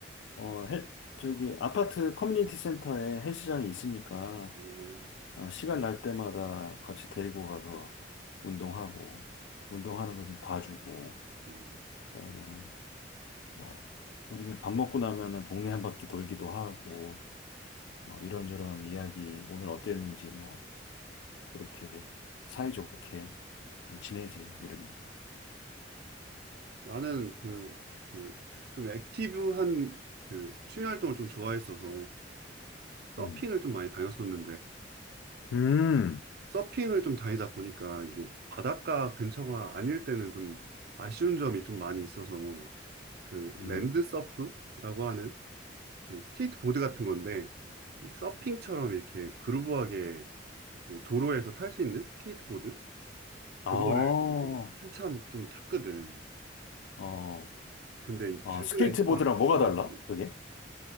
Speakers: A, on the left; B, on the right.
A: 어, 헬, 저기, 아파트 커뮤니티 센터에 헬스장이 있으니까,
B: 어,
A: 아, 시간 날 때마다 같이 데리고 가서 운동하고, 운동하는 거 좀 봐주고,
B: 음.
A: 그다음에 뭐, 우리는 밥 먹고 나면은 동네 한 바퀴 돌기도 하고, 뭐, 이런저런 이야기, 오늘 어땠는지, 뭐, 그렇게 사이좋게 지내지, 우리는.
B: 나는 그, 그, 좀 액티브한 그 취미 활동을 좀 좋아했어서 서핑을
A: 음.
B: 좀 많이 다녔었는데
A: 음,
B: 서핑을 좀 다니다 보니까 이게 바닷가 근처가 아닐 때는 좀 아쉬운 점이 좀 많이 있어서 그
A: 음.
B: 랜드 서프라고 하는 그 스케이트보드 같은 건데 이 서핑처럼 이렇게 그루브하게 그 도로에서 탈 수 있는 스케이트보드 그거를
A: 아, 어,
B: 이제 한참 좀 탔거든.
A: 어,
B: 근데 이제 최근에
A: 스케이트보드랑
B: 한번
A: 뭐가
B: 타가지고
A: 달라? 그게?